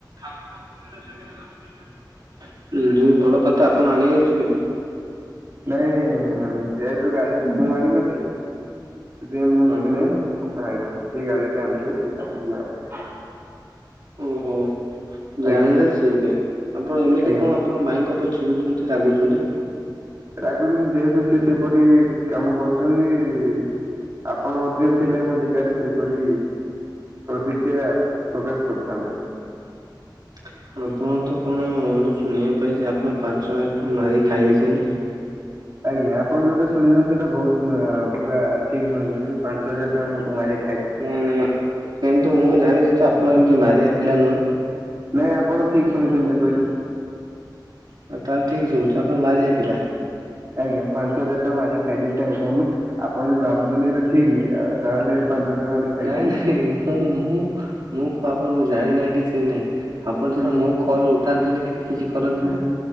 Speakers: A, on the right; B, on the right.
A: ଆପଣ କର ର କେବେମ ଦୁଇ ବଡ ଭାତ ଆପଣ ଆଣି ଯଉଛନ୍ତି
B: ନାଇଁ ଯେହେତୁ ଗାଳିଟି ମୁଁ ଆଣ ନଥିଲି ସେଥିାଇଁ ମୁଁ
A: ହଁ।
B: ଯିବି ନାହି ଆଜ୍ଞା, ଯିଏ ଗାଡିଟି ଆଣିଥିଲେ ସିଏ ତା ଯି
A: ଓହୋ ଜାଣିଥା
B: ଆଜ୍ଞା
A: ସେ ଯିବେ ଆପଣ ଏମିତି
B: ଆଜ୍ଞା
A: କଣ ଆପଣ ଭାଇଙ୍କ ପଛରୁ ରାଗୁଛନ୍ତି?
B: କହୁଛନ୍ତି ଯେହେତୁ ସିଏ ସେପରି କାମ କରୁଛନ୍ତି ଆପଣ ମଧ୍ୟ ଥିଲେ ମୋ ଜାଗାରେ ସେଇପରି ପ୍ରତିଜ୍ଞା ପ୍ରକାଶ କରିଥାନ୍ତେ।
A: <inaudible> ଆପଣ ତ କଣ ମୁଁ ଶୁଣିବା ପାଇଁଛି ଆପଣ ପାଞ୍ଚ ହାତ ମାରି ଖାଇ ଦେଇଛନ୍ତି?
B: ଆଜ୍ଞା ଆପଣ ଯୋଉଟା ଶୁଣିଛନ୍ତି, ସେଟା ବହୁତ ପୁରା ଠିକ ଶୁଣିଛନ୍ତି, ପାଞ୍ଚ ହଜାର ଟାକୁ ମାର
A: ନାଇଁ ନାଇଁ, କିନ୍ତୁ ମୁଁ ଜାଣିଛି ତ ଆପଣ ଏମିତି ମାରିବା ପିଲା ନୁହେଁ?
B: ନାଇଁ ଆପଣ ଠିକ ଶୁଣିଛନ୍ତି କହିଲେ।
A: ହଁ ତାହେଲେ ଠିକ
B: <inaudible>
A: ଶୁଣିଛୁ ଆପଣ ମାରିବା ପିଲା।
B: ଆଜ୍ଞା ପାଞ୍ଚ ହଜାର ଟଙ୍କା ମାରିକି ଖାଇଦେଇ ତାଙ୍କ ଫୋନ୍ ରୁ, ଆପଣ ଯଦି ଭାବୁଛନ୍ତି ଏଇଟା ଠିକ ତାହେଲେ ପାଞ୍ଚ ହଜାର ମାରିକି ଖାଇଛି
A: ନାଇଁ ନାଇଁ
B: ମୁଁ
A: ମୁଁ ମୁଁ ମୁଁ କ ଆପଣଙ୍କୁ ଜାଣିନାହିଁ କି ଚିହ୍ନି ନାହିଁ। ଆପଣ
B: ହୁଁ
A: ସିନା ମୋ କଲ ଉଠାନ୍ତିନି କି କିଛି କରନ୍ତିନି
B: ହୁଁ